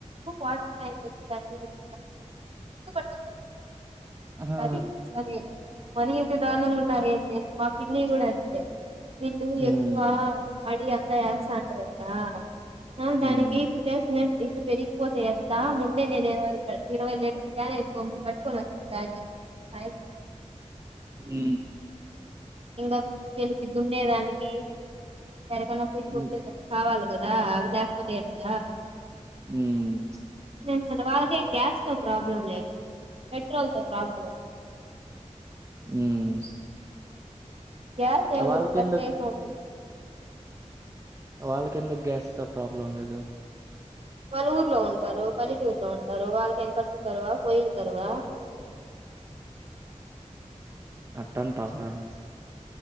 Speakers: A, on the right; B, on the right.
A: water tank పెన్నారు త
B: ఆహా
A: <inaudible> ఎంట ఏ సర సరే మరి ఇంత దారుణంగా ఉన్నారు ఏంటి మా పిన్ని కూడా అంతే వీళ్ళు
B: ఉమ్
A: ఎక్కువ మడి అంతా యాాంట్రందా ఆ దానికి
B: ఉమ్
A: కుట్టసినండి పెరిగిపోతే ఎట్లా మున్నే నేను ఇరవై ఇరవై లీటకానే ఎక్కు మీ పట్టుకొని వచ్చుకుంటా అని చెప్పి మా ఆయనికి
B: ఊ
A: ఇంగో పెళ్లి సిగ్గు ఉండేదానికి ఎనకన్నా పోయి
B: ఉమ్
A: వచ్చెందనీ కావాలీ గాదా అవి లేకపోతే ఏట్ట
B: ఉమ్
A: అంటే వాళ్ళక ఏం గ్యాస్ తో ప్రాబ్లం లేదు. పెట్రోల్ తో ప్రాబ్లం ఉంది.
B: ఉమ్
A: గ్యాస్ ఏముందీ
B: వాళ్ళకెందుకు
A: కట్టేసీన్ విచ్చేసి
B: వాళ్ళకి ఎందుకు గ్యాస్ తో ప్రాబ్లం లేదు.
A: వాళ్ళు ఊర్లో ఉంటారు పనికి వెళ్తుంటారు. వాళ్ళకు ఏం కట్టే లు కరువా పోయిలు కరువా
B: అట్టంటవా నువ్